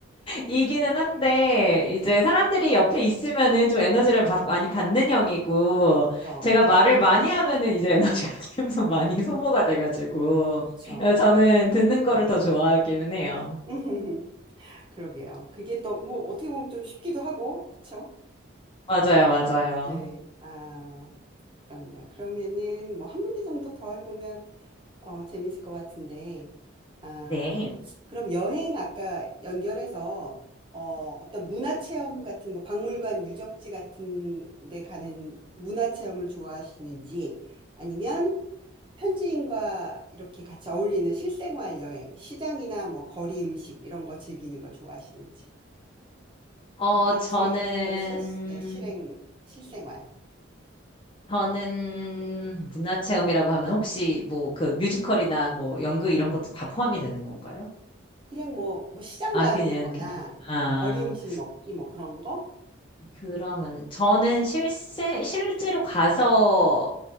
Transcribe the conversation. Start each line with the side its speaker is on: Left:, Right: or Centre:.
Left: 이기는 한데 이제
Right: 네.
Left: 사람들이 옆에 있으면은 좀 에너지를 받- 많이 받는 형이고
Right: 그쵸.
Left: 제가 말을 많이 하면은 이제 에너지가 <laughs> 계속 많이 소모가 돼가지고
Right: 그쵸.
Left: 어, 저는 듣는
Right: 네.
Left: 거를 더 좋아하기는 해요.
Right: <laughs> 그러게요. 그게 또 뭐 어떻게 보면 좀 쉽기도 하고, 그쵸?
Left: 맞아요, 맞아요.
Right: 네. 아, 그렇네요. 그러면은 뭐 한 문제 정도 더 해보면 어, 재밌을 것 같은데, 아,
Left: 네.
Right: 그럼 여행 아까 연결해서 어, 어떤 문화 체험 같은 뭐 박물관 유적지 같은 데 가는 문화 체험을 좋아하시는지 아니면 현지인과 이렇게 같이 어울리는 실생활 여행, 시장이나 뭐 거리 음식 이런 거 즐기는 거 좋아하시는지.
Left: 어,
Right: 문화체험
Left: 저는
Right: vs 예, 실행 실생활.
Left: 저는 문화체험이라고 하면 혹시 뭐 그 뮤지컬이나 뭐 연극 이런 것도 다 포함이 되는 건가요?
Right: 그냥 뭐, 뭐 시장
Left: 아,
Right: 가는
Left: 그냥
Right: 거나
Left: 그냥. 아.
Right: 뭐 거리 음식 먹기 뭐 그런 거?
Left: 그러면 저는 실세, 실제로 가서